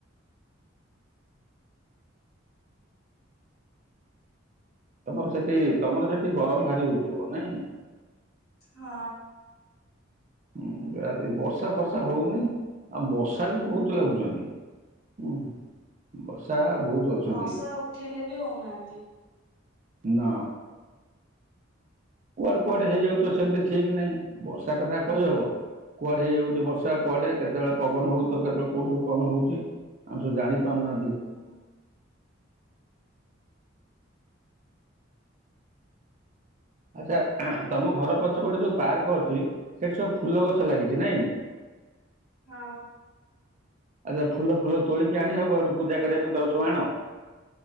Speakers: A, on the right; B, on the left.
A: ତମର ସେଠି ତମର ସେଠି ଗରମ ଭାରି ହଉଥିବ ନାଇଁ।
B: ହଁ।
A: ହୁଁ ନିହାତି ବର୍ଷା ଫର୍ଷା ହଉନି ଆଉ ମଶା ବି ବହୁତ ଲାଗୁଛନ୍ତି ହୁଁ ବର୍ଷା ବହୁତ ଅଛନ୍ତି
B: ବର୍ଷା ଉଠେଇଲେ ବି ହଉନାହାନ୍ତି।
A: ନା କୁଆଡେ କୁଆଡେ ହେଇଯାଉ ତ ସେମିତି ଠିକ ନାହିଁ ବର୍ଷା କଥା କହିହବ କୁଆଡେ ହେଇଯାଉଛି ବର୍ଷା କୁଆଡେ କେତେବେଳେ ପବନ ହଉ ତ କେତେବେଳେ କୋଉଠୁ କଣ ହଉଛି ଆମେ ସବୁ ଜାଣି ପାନାଡ଼ି
B: ହୁଁ
A: ଆଚ୍ଛା ତମ ଘର ପଛପଟେ ଯୋଉ ପାର୍କ ଅଛି ସେଠି ସବୁ ଫୁଲ ଗଛ ଲାଗିଛି ନାଇଁ
B: ହଁ
A: ଆଚ୍ଛା ଫୁଲ ଫୁଲ ତୋଳିକି ଆଣି ହବ ଏଠୁ ପୂଜା କରିବା ପାଇଁ ତର ସବୁ ଆଣ